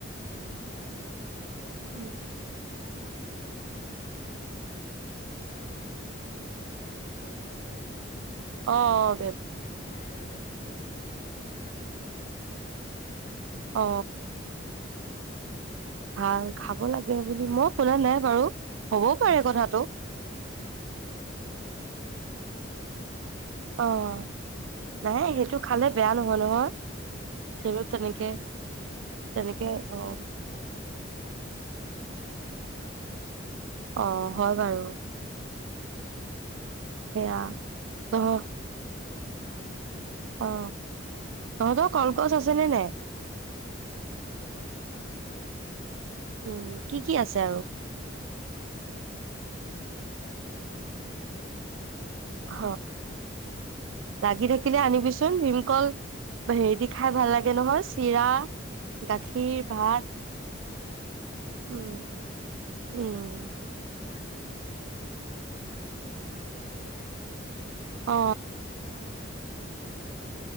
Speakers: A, on the left; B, on the right.
A: আকৌ মই দেখিছো এয়া হেৰি,
B: উম
A: বাত টনচিল নহয়, অঁ এ ঠাইত যে হৈ আছে <inaudible>
B: অঁ।
A: সেই ঠাই ৰদত সেই থঠাই ৰদটো মানে মানধনীটো খাব লাগে। ভাল বোলে।
B: অ ভাল খাব লাগে বুলি মই শুনা নাই বাৰু। হ'বও পাৰে
A: মায়ে
B: কথাটো
A: অ মায়ে কেতিয়াবা সৰু সৰুকে কতি পেলাই এনে খাব দিয়ে বুজিছ নে মোক
B: অ
A: কোনে এনেয়ে
B: নাই
A: খায়
B: সেইটো খালে বেয়া নহয় নহয়
A: অ বেয়া
B: সেইটো
A: নহয়
B: তেনেকে
A: খাবলৈ কিন্তু তাতকে
B: তেনেকে
A: হে,
B: অ
A: অকমান বস্তুটো সোৱাদ লগে বনাই পেলাই খোৱাটোৱে ভাল হয়।
B: অ হয় বাৰু।
A: উম
B: সেয়া
A: অ যিয়ে
B: তহ
A: নবনাও চবতে দি দিব, পাৰি ন মানধুনীয়া।
B: অ তহঁতৰ কলগছ আছে নে নাই?
A: অ কলগছ আছে ভীমকল আছে।
B: উম কি-কি আছে আৰু
A: ভীমকলটোৱে দেখিছো মই দেই আমাক ঘ বেলেগ কল
B: অ
A: মই দেখা নাই তেনেকে
B: লাগি থাকিলে আনিবিচোন ভীমকল হেৰি
A: এইও
B: দি খাই ভাল
A: কেইদিনমান
B: লাগে নহয় চিৰা গাখীৰ
A: অ চিৰা
B: ভাত
A: দি পলে গাখীৰ ভাত মোৰ ধুনীয়া
B: উম
A: লাগে খায়।
B: উম
A: এতিয়া আমিে মে ইমান নাখা কিন্তু মাহঁতে খাই নহয় কেতিয়াবা খুৱাই দিয়ে মানে মাহঁক পাই
B: অ
A: তেতিয়া গম পাও অ বহুত ধুনীয়া লাগে খাবলে।